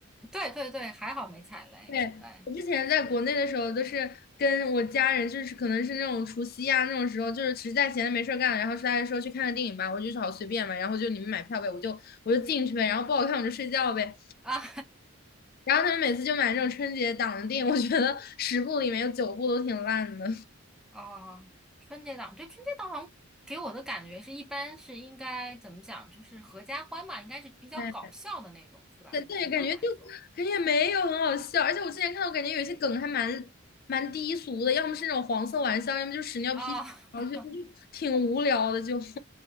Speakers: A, in the centre; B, on the left (about 45°).
A: 对对对，还好没踩雷，
B: 对，
A: 对
B: 我之前在国内的时候，都是跟我家人，就是可能是那种除夕啊那种时候，就是实在闲着没事儿干，然后大家说去看个电影吧，我就说好随便嘛，然后就你们买票呗，我就我就进去呗，然后不好看我就睡觉呗。
A: 啊，
B: 然后他们每次就买这种春节档的电影，我觉得十部里面有九部都挺烂的。
A: <laughs> 哦，春节档，对，春节档好像给我的感觉是一般是应该怎么讲，就是合家欢嘛，应该是比较搞笑的那种，
B: 哎，
A: 是吧？
B: 对但也感觉就感觉也没有很好笑，
A: 就是一般来说
B: 而且我之前看到，我感觉有一些梗还蛮蛮低俗的，要么是那种黄色玩笑，要么就是屎尿屁，
A: 啊，
B: 我觉得就
A: <laughs>
B: 挺无聊的。就 <laughs> 是